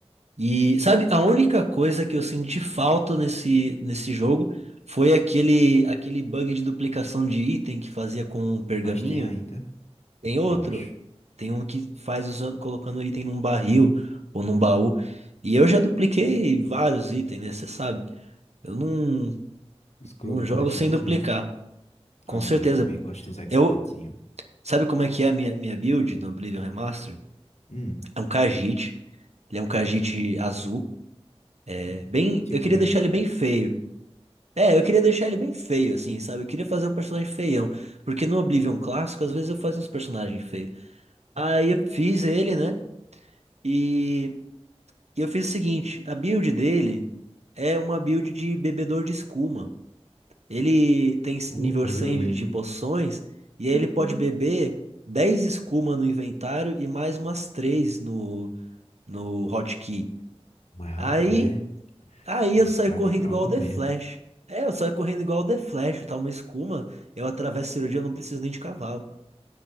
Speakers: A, on the right; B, on the left.
A: E sabe, a única coisa que eu senti falta nesse, nesse jogo foi aquele, aquele bug de duplicação de item que fazia com o pergaminho.
B: Mas tem ainda,
A: Tem outro.
B: eu acho.
A: Tem um que faz usando, colocando item num barril ou num baú. E eu já dupliquei vários itens, né? Você sabe. Eu não,
B: Scroll
A: não
B: de magia,
A: jogo sem duplicar.
B: né?
A: Com
B: Ah,
A: certeza.
B: não, eu também gosto dos exploitzinho.
A: Eu, sabe como é que é a minha, minha build no Oblivion Remaster?
B: Hum,
A: É um Khajiit. Ele é um Khajiit azul. É bem,
B: tipo
A: eu queria
B: o Inigo.
A: deixar ele bem feio. É, eu queria deixar ele bem feio, assim, sabe? Eu queria fazer um personagem feião. Porque no Oblivion clássico, às vezes eu fazia uns personagens feios. Aí eu fiz ele, né? E E eu fiz o seguinte, a build dele é uma build de bebedor de escuma. Ele tem s-
B: Oh,
A: nível
B: coisa
A: 100
B: linda.
A: de poções e
B: <laughs>
A: aí ele pode beber 10 escuma no inventário e mais umas 3 no, no hotkey.
B: Mas, rapaz,
A: Aí, aí
B: é
A: eu
B: viciado
A: saio correndo
B: em droga
A: igual o The
B: mesmo.
A: Flash. É, eu saio correndo igual o The Flash, tá uma escuma, eu atravesso a cirurgia, eu não preciso nem de cavalo.